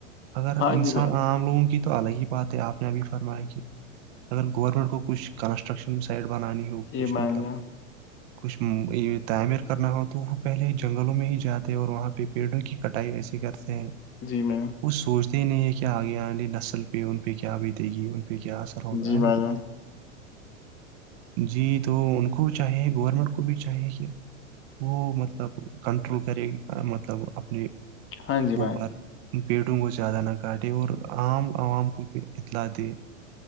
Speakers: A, on the right; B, on the left.
A: اگر
B: ہاں
A: انسان
B: جی بھائی
A: عام لوگوں کی تو الگ ہی بات ہے آپ نے ابھی فرمایا کہ اگر گورنمنٹ کو کچھ کنسٹرکشن سائڈ بنانی ہو
B: جی
A: کچھ
B: بھائی
A: مطلب
B: جان
A: کچھ تعمیر کرنا ہو تو وہ پہلے جنگلوں میں ہی جاتے اور وہاں پہ پیڑوں کی کٹائی ویسی کرتے ہیں
B: جی میں
A: وہ سوچتے ہی نہیں ہے کہ آگے آی نسل پہ ان پہ کیا بیت گی ان پہ کیا ہوگا
B: جی
A: ہے نا
B: باجا
A: جی تو ان کو بھی چاہے گورنمنٹ کو بھی چاہیے کیا وہ مطلب کنٹرول کرے مطلب اپنے
B: ہاں جی بھائی
A: اوپر پیٹوں کو زیادہ نہ کاٹے اور عام عوام کو بھی اطلاع دے